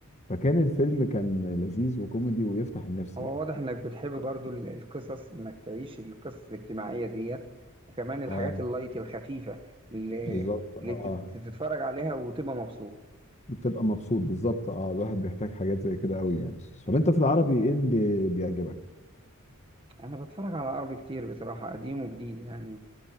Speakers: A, on the left; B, on the right.
A: فكان الفيلم كان لذيذ وكوميدي ويفتح النفس
B: هو
A: يعني
B: واضح انك بتحب برضو ال- القصص انك تعيش القصص الاجتماعية ديت وكمان الحاجات
A: اه
B: اللايت الخفيفة اللي
A: بالظبط اه
B: اللي تت- تتفرج عليها وتبقى مبسوط
A: بتبقى مبسوط بالظبط اه الواحد بيحتاج حاجات زي كده قوي يعني طب انت في العربي ايه اللي بيعجبك؟
B: انا بتفرج على عربي كتير بصراحة قديم وجديد يعني